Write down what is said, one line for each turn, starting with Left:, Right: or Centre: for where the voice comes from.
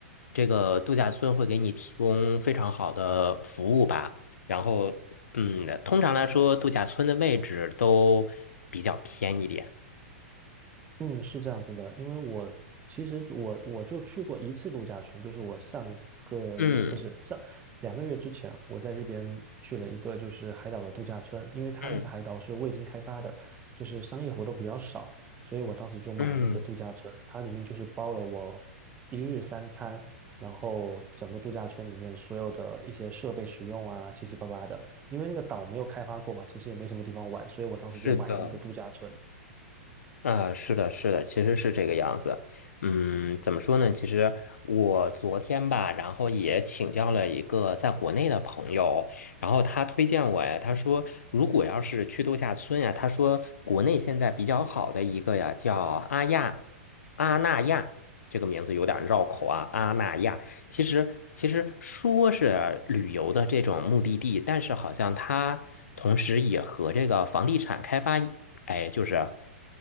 Left: 这个度假村会给你提供非常好的服务吧。然后，嗯，通常来说，度假村的位置都比较偏一点。
Right: 嗯，是这样子的，因为我其实我我就去过一次度假村，就是我上个月不是上两个月之前，
Left: 嗯
Right: 我在那边去了一个就是海岛的度假村，因为它那个海岛是未经开发的，
Left: 嗯
Right: 就是商业活动比较少，所以我当时就买了那个度假村，
Left: 嗯，
Right: 它里面就是包了我一日三餐，然后整个度假村里面所有的一些设备使用啊，七七八八的，因为那个岛没有开发过嘛，其实也没什么地方玩，所以我当时就买了那个度假村。
Left: 是的。啊，是的，是的，其实是这个样子。嗯，怎么说呢？其实我昨天吧，然后也请教了一个在国内的朋友，然后他推荐我呀，他说如果要是去度假村呀，他说国内现在比较好的一个呀叫阿亚阿那亚，这个名字有点绕口啊，阿那亚。其实，其实说是旅游的这种目的地，但是好像它同时也和这个房地产开发，哎，就是